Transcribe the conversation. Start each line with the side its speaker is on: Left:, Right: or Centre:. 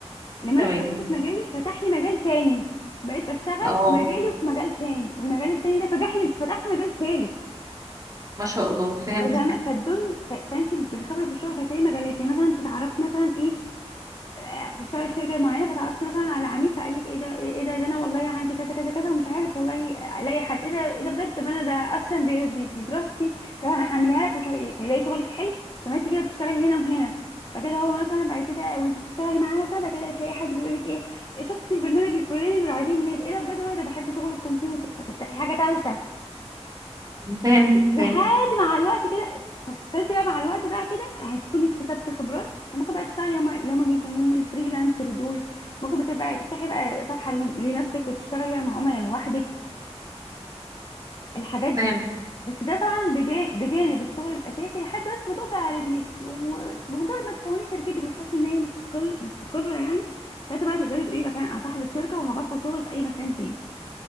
Left: لما
Right: تمام
Left: انا اشتغلت في مجالي فتح لي مجال تاني بقيت بشتغل
Right: اه
Left: في مجالي وفي مجال تاني والمجال التاني ده فتح لي فتح لي مجال تالت
Right: ما شاء الله فهمتك
Left: فاهمه فالدنيا ف- فانت بالخبره في الشغل هتلاقي مجالات يعني مثلا تتعرفي مثلا ايه آه، بتشتغلي في شركه معينه فتعرفتي مثلا على عميل فقال لك ايه ده ايه إيه ده إيه ده انا والله عندي كذا كذا كذا ومش عارف والله الاقي حد ايه ده ايه ده بجد طب انا ده اساسا دي, دي, دي دراستي طب انا هعملها لك ومش عارف ايه فيلاقي شغلك حلو فما انت كده بتشتغلي هنا وهنا فكده هو مثلا بعد كده وانت بتشتغلي معاه مثلا بعد كده تلاقي حد بيقول لك ايه شفتي البرنامج الفلاني دول عايزين ناس ايه ده بجد والله ده بحب شغل الكمبيوتر فتفتحي حاجه ثالثه
Right: فهمتك
Left: لحد
Right: فهمتك
Left: مع الوقت كده ف- فانت بقى مع الوقت بقى كده هتكوني اكتسبت خبرات فممكن بقى تشتغلي هم اللي هم بيسموهم الفريلانسر دول ممكن بقى تفتحي بقى صفحة لنفسك وتشتغلي بقى مع عملاء لوحدك الحاجات دي
Right: فهمتك
Left: بس ده طبعا بجا- بجانب الشغل الاساسي لحد بس ما تقفي على رجليك وبمجرد ما تكوني شركتك وتحسي ان هي مستقل مستقره يعني ساعتها بقى تقدري تقولي بقى فعلا انا صاحبه شركه وهبطل شغل في اي مكان تاني